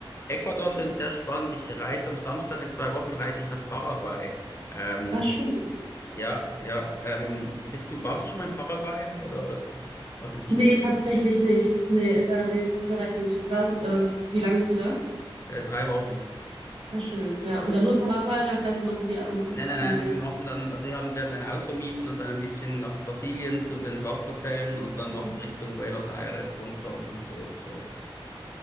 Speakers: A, on the left; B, on the right.
A: Ecuador tönt sehr spannend. Ich reise am Samstag, in zwei Wochen reise ich nach Paraguay. Ähm,
B: War schon.
A: ja, ja. Ähm, bist du, warst du schon mal in Paraguay oder Argentinien?
B: Nee, tatsächlich nicht. Nee, da in den Bereich nicht. War, ähm, wie lange bist du da?
A: Äh, drei Wochen.
B: Ah, schön. Ja, und dann nur Paraguay, da fährst du noch um die, um,
A: Nein, nein,
B: um
A: nein,
B: den.
A: wir machen dann, also wir haben, werden ein Auto mieten und dann ein bisschen nach Brasilien zu den Wasserfällen und dann
B: Mhm.
A: noch Richtung Buenos Aires runter und dann zurück. So